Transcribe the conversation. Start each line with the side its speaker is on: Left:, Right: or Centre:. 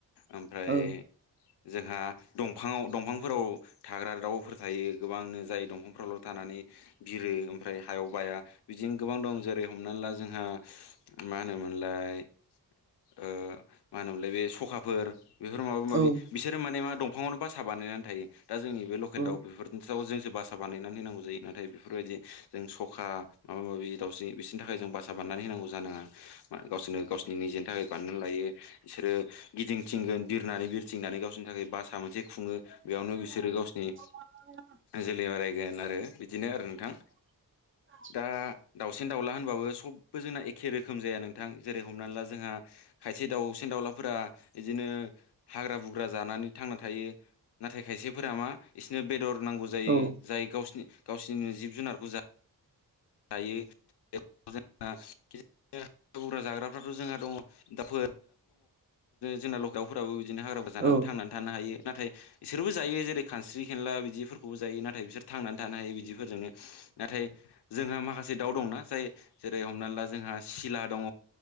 Left: ओमफ्राय
Right: औ
Left: जोंहा दंफाङाव दंफांफोराव थाग्रा दाउफोर थायो गोबांनो जाय दंफांफोरावल' थानानै बिरो ओमफ्राय हायाव बाया बिदिनो गोबां दं'जेरै हमनानै ला जोंहा मा होनोमोनलाय ओ मा होनोमोनलाय बे सखाफोर बेफोर माबा माबि
Right: औ
Left: बिसोरो माने मा दंफाङावनो बासा बानायनानै थायो दा जोंनि बे लकेल
Right: औ
Left: दाउ बेफोरजों जाव जोंसो बासा बानायनानै होनांगौ जायो नाथाय बेफोरबायदि जों स'खा माबा माबि दावउसिन बिसिनि थाखाय जों बासा बान्नानै होनांगौ जानाङा। मा गावसोरनो गावसिनि निजेनि थाखाय बानायनानै लायो बिसोरो गिदिंथिंगोन बिरनानै बिरथिंनानै गावसोरनि थाखाय बासा मोनसे खुङो बेयावनो बिसोरो गावसोरनि
Right: <inaudible>
Left: जोलै बारायगोन आरो बिदिनो आरो नोंथां।
Right: <inaudible>
Left: ओ दाउसिन दाउला होनबाबो सबबो जोंना एखे रोखोम जाया नोंथां जेरै हमनानै ला जोंहा खायसे दाउसेन दाउलाफोरा बिदिनो हाग्रा बुग्रा जानानै थांना थायो नाथाय खायसेफोरा मा बिसोरनो बेदर नांगौ जायो।
Right: औ
Left: जाय गावसिनि गावसिनि जिब जुनारखौ जाय जायो <unintelligible> जोंहा <unintelligible> जाग्राफ्राथ' जोंहा दङ' <unintelligible> जोंना ल दावफोराबो बिदिनो हाग्राबो जानाबो
Right: औ
Left: थांनानै थानो हायो नाथाय बिसोरबो जायो जेरै खानस्रि खेनला बिदिफोरखौबो जायो नाथाय बिसोर थांनानै थानो हायो बिदिफोरजोंनो। नाथाय जोंहा माखासे दाउ दंना जाय जेरै हमना ला जोंहा सिला दङ